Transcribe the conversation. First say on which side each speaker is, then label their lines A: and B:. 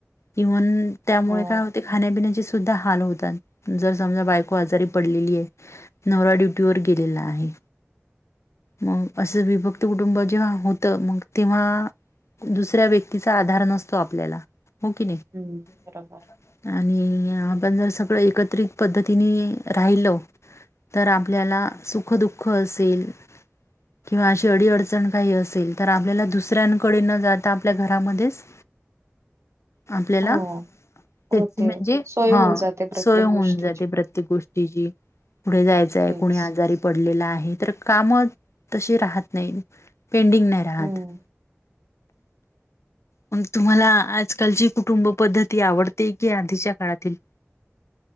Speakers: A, on the left; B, on the right.
A: इव्हन त्यामुळे
B: हो
A: काय होते खाण्यापिण्याचे सु सुद्धा हाल होतात जर समजा बायको आजारी पडलेली आहे नवरा ड्युटी वर गेलेला आहे मग असे विभक्त कुटुंब जे आहोत मग तेव्हा दुसऱ्या व्यक्तीचा आधार नसतो आपल्याला हो कि नाही
B: हम्म बरोबर
A: आणि आपण जर सगळं एकत्रित पद्धतीने राहिलो तर आपल्याला सुख-दुःख असेल किंवा अशी अडी-अडचण काही असेल तर आपल्याला दुसऱ्यांकडे न जाता आपल्या घरामध्येच आपल्याला
B: हो
A: त्याची
B: होते
A: म्हणजे
B: सोय
A: हा
B: होऊन जाते
A: सोय
B: प्रत्येक
A: होऊन
B: गोष्टीची
A: जाते प्रत्येक गोष्टी ची पुढे जायचंय,
B: तेच
A: कोणी आजारी पडलेला आहे हे तर काम तशी राहत नाही, पेंडींग नाही राहत
B: हम्म
A: <inaudible> मग तुम्हाला आजकालची कुटुंब पद्धती आवडते की आधीच्या काळातील? <inaudible>